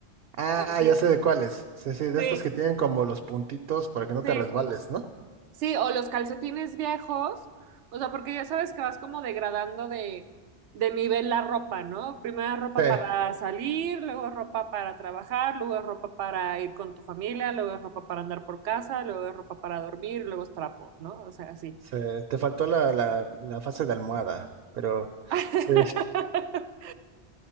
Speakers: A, on the right; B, on the right.
A: Ah,
B: Así.
A: ya sé de cuáles. Sí, sí, de
B: Sí,
A: estos que tienen como los puntitos para que no
B: sí,
A: te resbales,
B: sí.
A: ¿no?
B: Sí, o los calcetines viejos, o sea, porque ya sabes que vas como degradando de, de nivel la ropa, ¿no? Primero es ropa
A: Sí,
B: para salir, luego es ropa para trabajar, luego es ropa para ir con tu familia, luego es ropa para andar por casa, luego es ropa para dormir, luego es trapo, ¿no? O sea, así.
A: sí, te faltó la, la, la fase de almohada, pero
B: <laughs>
A: sí.